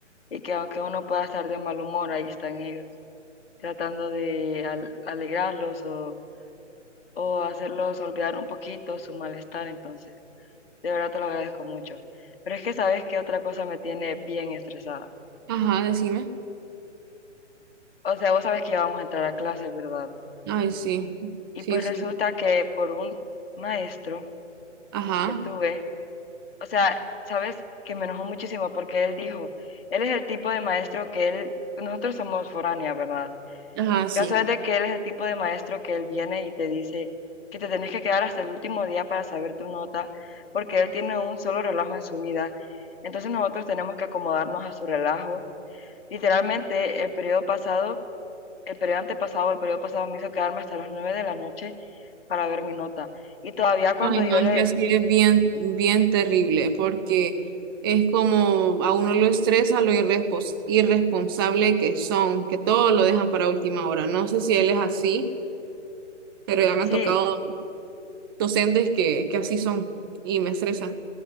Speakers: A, on the left; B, on the right.
A: y que aunque uno pueda estar de mal humor, ahí están ellos, tratando de al- alegrarlos o, o hacerlos olvidar un poquito su malestar. Entonces, de verdad te lo agradezco mucho. Pero es que sabes que otra cosa me tiene bien estresada.
B: Ajá, decime.
A: o sea, vos sabes que íbamos a entrar a clase, ¿verdad?
B: Ay, sí,
A: Y
B: sí,
A: pues
B: sí.
A: resulta que por un maestro
B: Ajá,
A: que tuve, o sea, sabes que me enojó muchísimo porque él dijo, él es el tipo de maestro que él, nosotros somos foráneas, ¿verdad?
B: ajá, sí.
A: Caso es de que él es el tipo de maestro que él viene y te dice que te tenés que quedar hasta el último día para saber tu nota, porque él tiene un solo relajo en su vida. Entonces nosotros tenemos que acomodarnos a su relajo. Literalmente, el periodo pasado el periodo antepasado, el periodo pasado me hizo quedarme hasta las 9 de la noche para ver mi nota. Y todavía cuando
B: Ay,
A: yo
B: no,
A: le,
B: es que así es bien, bien terrible, porque es como a uno lo estresa lo irrespos- irresponsable que son, que todo lo dejan para última hora. No sé si él es así, pero ya me
A: sí,
B: han tocado docentes que, que así son y me estresa.